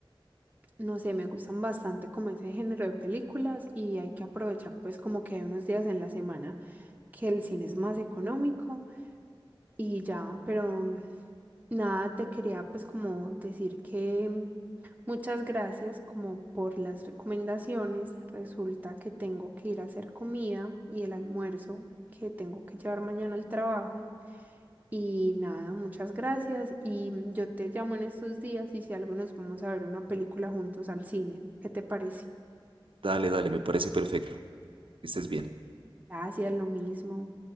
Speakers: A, on the right (about 20°); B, on the right (about 70°).
A: No sé, me gustan bastante como ese género de películas y hay que aprovechar pues como que hay unos días en la semana que el cine es más económico y ya, pero nada, te quería pues como decir que mm, muchas gracias como por las recomendaciones. Resulta que tengo que ir a hacer comida y el almuerzo que tengo que llevar mañana al trabajo. Y nada, muchas gracias. Y mm, yo te llamo en estos días y si algo nos vamos a ver una película juntos al cine. ¿Qué te parece?
B: Dale, dale, me parece perfecto. Que estés bien.
A: Gracias, lo mismo.